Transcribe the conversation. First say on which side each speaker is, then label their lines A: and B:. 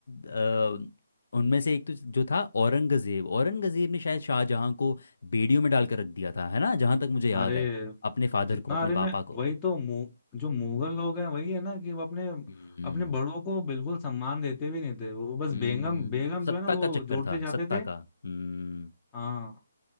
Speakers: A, on the left; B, on the left.
A: अ,
B: <laughs>
A: उनमें से एक तो जो था औरंगजेब औरंगजेब ने शायद शाहजहां को बेड़ियों में डालकर रख दिया था है ना जहां तक मुझे याद
B: अरे
A: है अपने फादर
B: जितना
A: को अपने
B: अरे मैं
A: पापा को
B: वही तो मु, जो मुगल लोग हैं वही है ना कि वो अपने
A: हम्म
B: अपने बड़ों को बिल्कुल सम्मान देते भी नहीं थे वो बस
A: हम्म,
B: बेगम बेगम
A: सत्ता
B: जो है ना वो
A: का चक्कर
B: जोड़ते
A: था
B: जाते
A: सत्ता
B: थे
A: का हम्म
B: हाँ